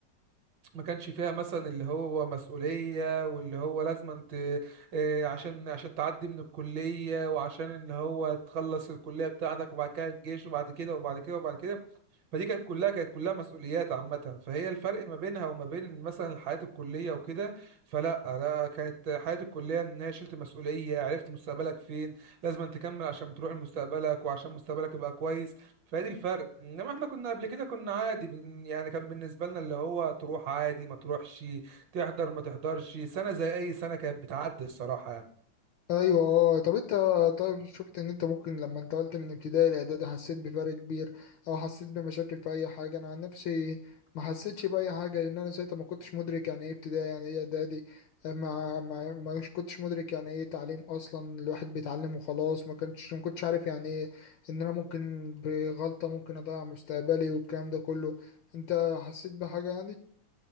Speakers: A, on the right; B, on the left.
A: ما كانش فيها مثلا اللي هو مسؤوليه واللي هو لازم انت آه، عشان عشان تعدي من الكليه وعشان ان هو تخلص الكليه بتاعتك وبعد كده الجيش وبعد كده وبعد كده وبعد كده فدي كانت كلها كانت كلها مسؤوليات عامة فهي الفرق ما بينها وما بين مثلا الحياة الكلية وكده فلا أنا كانت حياة الكلية إن هي شلت مسؤولية عرفت مستقبلك فين لازم أن تكمل عشان تروح لمستقبلك وعشان مستقبلك يبقى كويس فدي الفرق إنما إحنا كنا قبل كده كنا عادي بن- يعني كان بالنسبة لنا اللي هو تروح عادي ما تروحش تحضر ما تحضرش سنة زي أي سنة كانت بتعدي الصراحة يعني
B: ايوه اه طب انت طيب شفت ان انت ممكن لما انتقلت من ابتدائي لاعدادي حسيت بفرق كبير او حسيت بمشاكل في اي حاجه انا عن نفسي ما حسيتش باي حاجه لان انا ساعتها ما كنتش مدرك يعني ايه ابتدائي يعني ايه اعدادي آه، ما ما ما كنتش مدرك يعني ايه تعليم اصلا الواحد بيتعلم وخلاص ما كنتش ما كنتش عارف يعني ايه ان انا ممكن بغلطه ممكن اضيع مستقبلي والكلام ده كله انت حسيت بحاجه